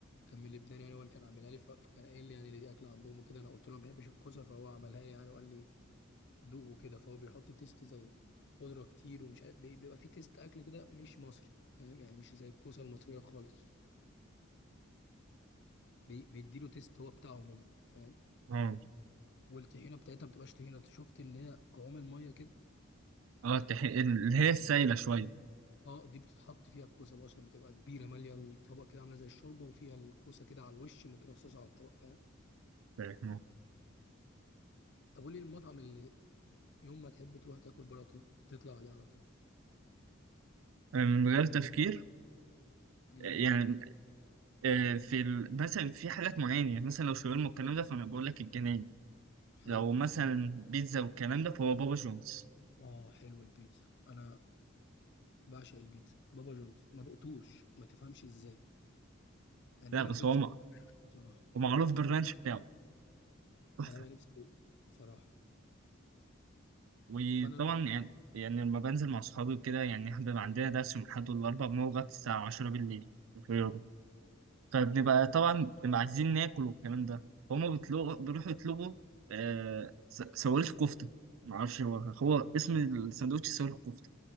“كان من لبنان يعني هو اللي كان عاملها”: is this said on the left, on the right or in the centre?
Left